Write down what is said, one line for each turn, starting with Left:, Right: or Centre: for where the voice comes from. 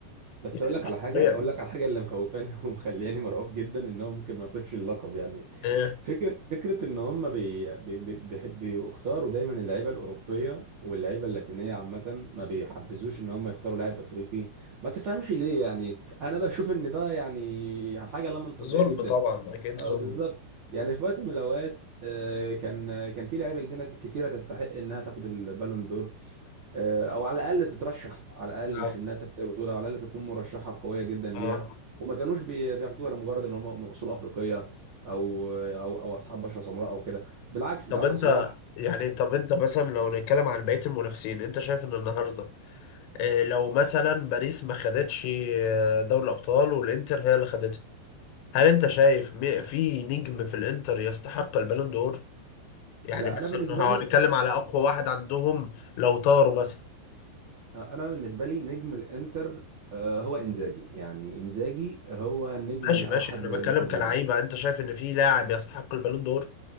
Right: بس
Left: يعني
Right: اقول
Left: مش
Right: لك على حاجه
Left: طبيعي
Right: اقول لك على حاجه اللي مخوفاني <laughs> ومخلياني مرعوب جدا ان هو ممكن ما ياخدش اللقب يعني
Left: آه،
Right: فكره فكره ان هم بي بي بي- بيحب- بيختاروا دايما اللعيبه الاوروبيه واللعيبه اللاتينيه عامه ما بيحبذوش ان هم يختاروا لاعب افريقي ما تفهمش ليه يعني انا بشوف ان ده يعني حاجه لا منطقيه
Left: ظلم
Right: جدا
Left: طبعا اكيد
Right: اه
Left: ظلم
Right: بالظبط يعني في وقت من الاوقات آه، كان كان في لعيبه جديدة- كتيره تستحق انها تاخد البالون دور آه، او على الاقل تترشح على الاقل
Left: آه.
Right: مش انها تكسب البطوله على الاقل تكون مرشحه قويه جدا ليها
Left: آه.
Right: وما كانوش بي- بياخدوها لمجرد ان هم من اصول افريقيه او او او اصحاب بشره سمراء او كده بالعكس انت
Left: طب
Right: عندك
Left: انت
Right: صلاح
Left: يعني طب انت مثلا لو نتكلم عن بقيه المنافسين انت شايف ان النهارده آه، لو مثلا باريس ما خدتش آه، دوري الابطال والانتر هي اللي خدتها هل انت شايف مي- في نجم في الانتر يستحق البالون دور يعني
Right: لا
Left: مثلا
Right: انا بالنسبه
Left: لو هنتكلم
Right: لي
Left: على اقوى واحد عندهم لو طاروا مثلا
Right: انا بالنسبه لي نجم الانتر آه، هو انزاجي يعني انزاجي هو النجم
Left: ماشي
Right: الاوحد
Left: ماشي انا
Right: لانتر
Left: بتكلم كلاعيبه
Right: ميلان
Left: انت شايف ان في لاعب يستحق البالون دور